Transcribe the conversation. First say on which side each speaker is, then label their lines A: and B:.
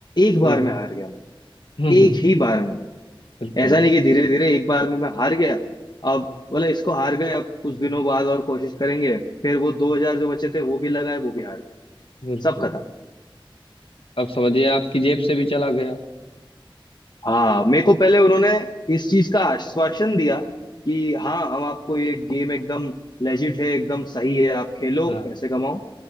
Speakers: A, on the left; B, on the left.
A: एक बार
B: हाँ हाँ
A: में हार गया मैं
B: हाँ
A: एक
B: हाँ
A: ही बार में
B: बिल्कुल
A: ऐसा नहीं कि धीरे धीरे एक बार में मैं हार गया अब बोला इसको हार गए अब कुछ दिनों बाद और कोशिश करेंगे फिर वो दो हजार जो बचे थे वो भी लगाए वो भी हार गए
B: बिल्कुल
A: सब खत्म
B: अब समझिए आपकी जेब से भी चला गया
A: हाँ मेरे को पहले उन्होंने इस चीज का आश्वासन दिया कि हाँ हम आपको ये गेम एकदम लेजिट है एकदम सही है आप खेलो
B: हाँ
A: पैसे कमाओ